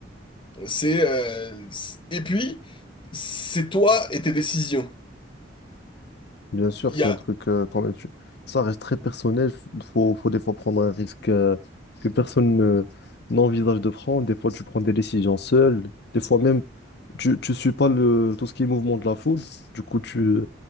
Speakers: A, on the left; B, on the left.
A: C'est... euh, c'est- et puis, c'est toi et tes décisions.
B: Bien sûr,
A: Il
B: c'est
A: y a...
B: un truc euh, quand même. tu- Ça reste très personnel. f- Faut, faut des fois prendre un risque euh, que personne ne- n'envisage de prendre. Des fois, tu prends des décisions seul. Des fois même, tu tu suis pas le, tout ce qui est mouvement de la foule. Du coup, tu,